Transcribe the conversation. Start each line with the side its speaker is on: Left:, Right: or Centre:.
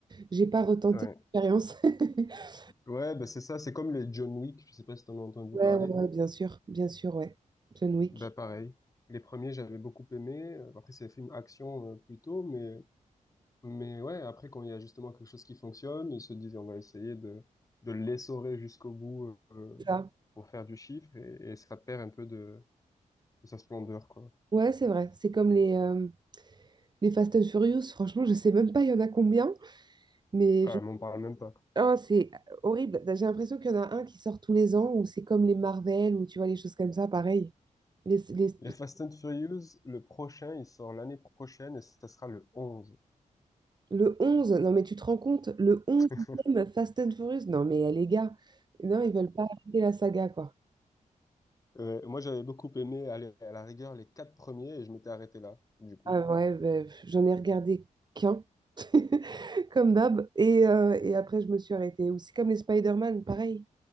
Right: j'ai pas retenté
Left: Ouais,
Right: l'expérience. <laughs>
Left: ouais bah c'est ça, c'est comme les John Wick, je sais pas si t'en as entendu
Right: Ouais,
Left: parler.
Right: ouais, ouais, bien sûr. Bien sûr, ouais. John Wick.
Left: Bah pareil. Les premiers, j'avais beaucoup aimé. Euh, Après, c'est des films action euh, plutôt, mais mais ouais, après quand il y a justement quelque chose qui fonctionne, ils se disent on va essayer de de l'essorer jusqu'au bout euh,
Right: ça.
Left: pour faire du chiffre et, et ça perd un peu de, de sa splendeur quoi.
Right: Ouais, c'est vrai. C'est comme les, euh, les Fast and Furious. Franchement, je sais même pas il y en a combien, mais
Left: Ah,
Right: je-
Left: m'en parle même pas.
Right: Ah, c'est horrible. Bah, J'ai l'impression qu'il y en a un qui sort tous les ans, ou c'est comme les Marvel, ou tu vois, les choses comme ça, pareil. Les- les-
Left: Les Fast and Furious, le prochain, il sort l'année prochaine et ça sera le 11.
Right: Le 11 non mais tu te rends compte, le onzième
Left: <laughs>
Right: Fast and Furious, non mais euh, les gars, non, ils veulent pas arrêter la saga, quoi.
Left: Ouais, moi, j'avais beaucoup aimé, aller à la rigueur, les quatre premiers et je m'étais arrêté là, du coup.
Right: Ah ouais, ben, pff, j'en ai regardé qu'un, <laughs> comme d'hab, et, euh, et après je me suis arrêtée. Ou c'est comme les Spider-Man, pareil.